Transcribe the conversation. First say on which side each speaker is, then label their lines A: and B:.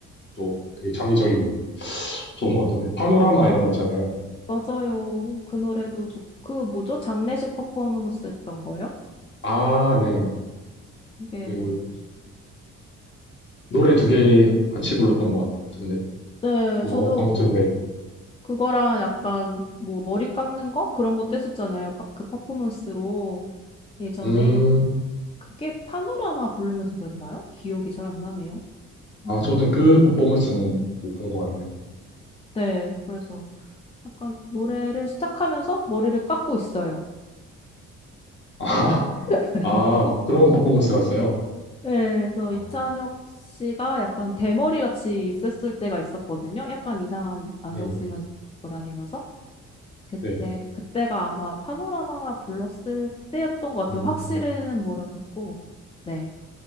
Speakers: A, on the left; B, on the left.
A: 또 되게 창의적이고 좋은 것 같던데. 파노라마 이런 거 있잖아요.
B: 맞아요. 그 노래도 좋고, 그 뭐죠? 장례식 퍼포먼스 했던 거요?
A: 아, 네.
B: 그게
A: 그
B: 뭐였지?
A: 노래 두 개 같이 불렀던 것 같은데
B: 네,
A: 그거
B: 저도
A: 아무튼 네.
B: 그거랑 약간 뭐 머리 깎는 거? 그런 것도 했었잖아요. 퍼- 그 퍼포먼스로 예전에
A: 음,
B: 그게 파노라마 부르면서 그랬나요? 기억이 잘 안 나네요.
A: 아
B: 음.
A: 저는 그 퍼포먼스는 못 본 것 같네요.
B: 네, 그래서 약간 노래를 시작하면서 머리를 깎고 있어요.
A: <laughs> 아,
B: <laughs>
A: 아 그런 퍼포먼스가 있어요.
B: 네, 그래서
A: 아,
B: 이찬혁 씨가 약간 대머리 같이 있었을 때가 있었거든요. 약간 이상한 안경
A: 네네.
B: 쓰면서 다니면서. 그때,
A: 네.
B: 그때가 아마 파노라마가 불렀을 때였던 것 같아요.
A: 음,
B: 확실히는 모르겠고. 네.